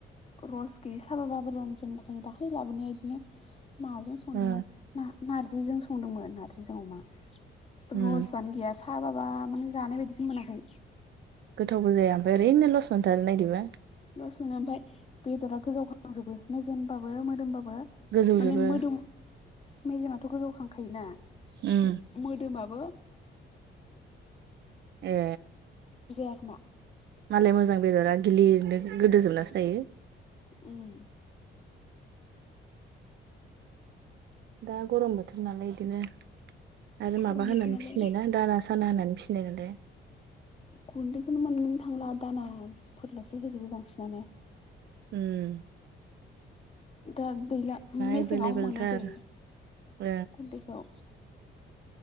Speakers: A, on the left; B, on the right.
A: रस गैयि साबाबाबो बोरैबा मोनजायो दाख्लि लाबोनाया बिदिनो माजों संदोंमोन
B: ओ
A: ना नार्जिजों संदोंमोन नार्जिजों अमा
B: उम
A: रसआनो गैया साबाबा माने जानाय बायदिखौनो मोनाखै
B: गोथावबो जाया ओमफ्राय <unintelligible>
A: दसेनो ओमफाय बेदरा गोजावखां जोबो मे जेमबाबो मोदोमबाबो
B: गोजौजोबो।
A: माने मोदोम मेजेमाथ' गोजौ खांखायोना ओमफ्राय
B: उम
A: मोदोमाबो
B: ए
A: सा <unintelligible>
B: मालाय मोजां बेदरा गिलिरनो गोदो जोबनासो थायो
A: ओम
B: दा गरम बोथोर नालाय बिदिनो आरो
A: गरम
B: माबा
A: बोथोर
B: होनानै
A: नालाय
B: फिसिनाय ना दाना दाना होनानै फिसिनाय नालाय
A: गुन्दैखौनो मोननोनो थांला दानाफोरल'सो होजोबो बांसिनानो
B: ओम
A: दा दैलां मेसेङाव
B: एभेलेबेलथार
A: मोनो दे
B: ओ
A: गुन्दैखौ